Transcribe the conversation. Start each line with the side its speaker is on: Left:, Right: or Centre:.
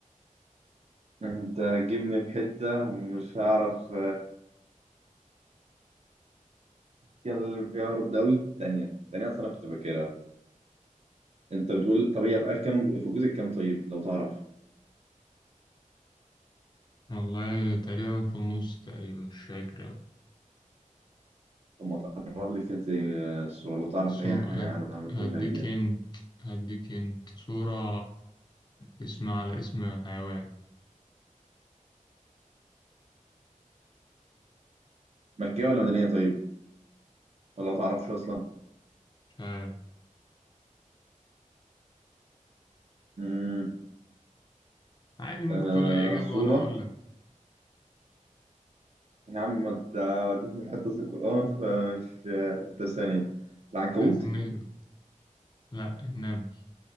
Right: <laughs> انت هتجيبني في حته مش هعرف كان اللي فيها هارد قوي تانية تانية أصل أنا كنت فاكرها أنت بتقول طب هي في آخر كام في الجزء الكام طيب لو تعرف
Left: والله تقريبا في النص تقريبا مش فاكر أوي
Right: طب ما تقرب لي كده زي آه، الصورة لو تعرف
Left: سو...
Right: أي حاجة
Left: هد-
Right: عنها ما
Left: هديك
Right: تقولش علي كده
Left: هنت هديك هنت سورة اسم على اسم حيوان
Right: مكية ولا مدنية طيب ولا ما تعرفش أصلا
Left: مش عارف
Right: امم
Left: عادي ممكن
Right: آه
Left: تقول أي إجابة
Right: صورة
Left: وأنا أقول لك
Right: يا عم أنت وديتني في حتة في القرآن فمش آه، طب ثانية العنكبوت
Left: مش عايزين نهبط لا النمل